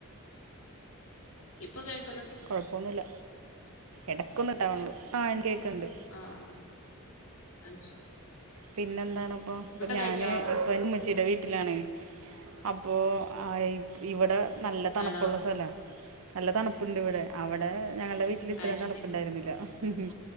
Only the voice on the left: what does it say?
ഇപ്പൊ കേൾ
ആഹ് അയ്ശേരി <unintelligible>
കഴിച്ചോ
ആണോ
അത്
ശരി